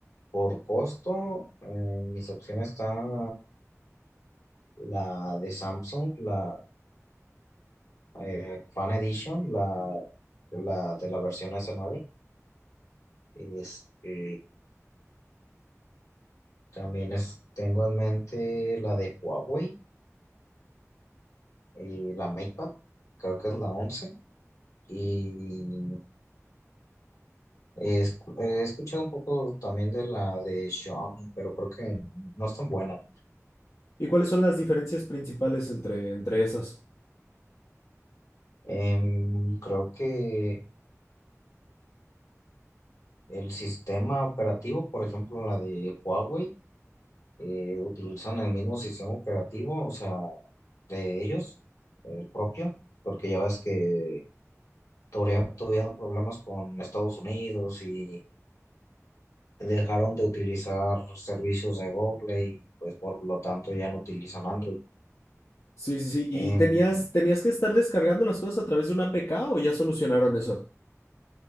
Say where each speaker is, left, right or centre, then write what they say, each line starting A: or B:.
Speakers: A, on the left (about 80°); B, on the left (about 60°).
A: por costo, eh, mis opciones están la de Samsung, la eh, Fan Edition, la, la de la versión s nueve Este, también es- tengo en mente la de Huawei, eh, la MatePad, creo que es
B: Oh.
A: la once Y he, escu- he escuchado un poco también de la de Xiaomi, pero creo que no es tan buena.
B: ¿Y cuáles son las diferencias principales entre, entre esas?
A: Em, creo que el sistema operativo, por ejemplo, la de Huawei, eh, utilizan el mismo sistema operativo, o sea, de ellos, el propio, porque ya ves que tuvieron tuvieron problemas con Estados Unidos y dejaron de utilizar servicios de Google y pues por lo tanto ya no utilizan Android.
B: Sí, sí, sí. ¿Y
A: Em,
B: tenías, tenías que estar descargando las cosas a través de una APK o ya solucionaron eso?